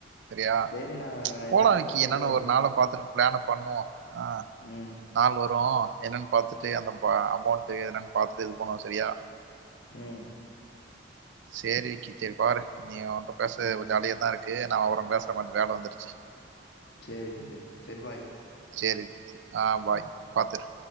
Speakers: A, on the right; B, on the left.
A: செரியா
B: சரி நான்
A: போலா
B: என்னன்னு
A: விக்கி
B: பார்த்துட்டு
A: என்னனு ஒரு நாள பாத்துட்டு ப்ளான பண்ணுவோ ஆ
B: ம்
A: நாள் வரு என்னன் பாத்துட்டு அந்த பா அமௌண்டு என்னன் பாத்துட்டு இது பண்ணுவோ சரியா
B: ம்
A: சேரி விக்கி செரி பாரு நீ அவன்ட்ட பேசு
B: ம்
A: வி ஜாலியா தா இருக்கு நா அவர பேஸ்ற கொஞ்ச வேல வந்துருச்சு
B: சேரி சஞ்சய் செரி பாய்
A: சேரி விக்கி செரி ஆ பாய்
B: ம்.
A: பாத்திரு